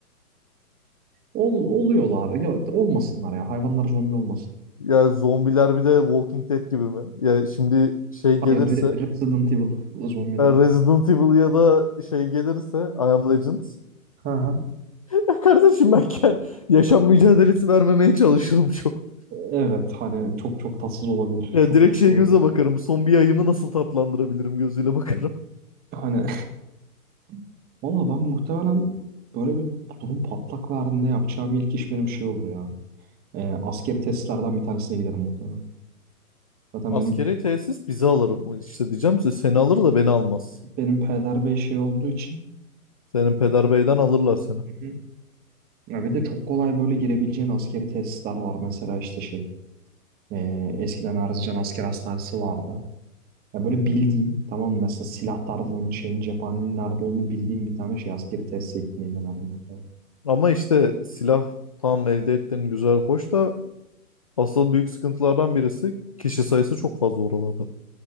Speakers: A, on the right; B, on the left.
A: Ol, oluyorlar. Ya, olmasınlar ya. Hayvanlar zombi olmasın.
B: Ya zombiler bir de Walking Dead gibi mi? Ya şimdi şey
A: Hayır,
B: gelirse
A: Re- Resident Evil zombileri.
B: e, Resident Evil ya da şey gelirse I Am Legend.
A: Hı hı.
B: Ya kardeşim ben kend- yaşam mücadelesi vermemeye çalışırım çok.
A: Evet hani çok çok tatsız olabilir.
B: Ya
A: Çok
B: direkt
A: tatsız
B: şey
A: olabilir.
B: göze bakarım. Son bir ayımı nasıl tatlandırabilirim gözüyle bakarım.
A: Hani <laughs> valla ben muhtemelen böyle bir durum patlak verdiğinde yapacağım ilk iş benim şey olur ya. Ee, askeri tesislerden bir tanesine giderim muhtemelen. Zaten
B: Askeri
A: benim
B: tesis bizi alırım. İşte diyeceğim size seni alır da beni almaz.
A: Benim peder bey şey olduğu için
B: Senin peder beyden alırlar seni.
A: Hı hı. ya bir de çok kolay böyle girebileceğin askeri tesisler var. Mesela işte şey e, eskiden Erzincan Asker Hastanesi vardı. Ya böyle bildiğim tamam mı? Mesela silahlarının şeyin cephanenin nerede olduğunu bildiğim bir tane şey askeri tesise gitmeyi denerdim muhtemelen.
B: Ama işte silah tam elde ettiğin güzel, hoş da asıl büyük sıkıntılardan birisi kişi sayısı çok fazla oralarda.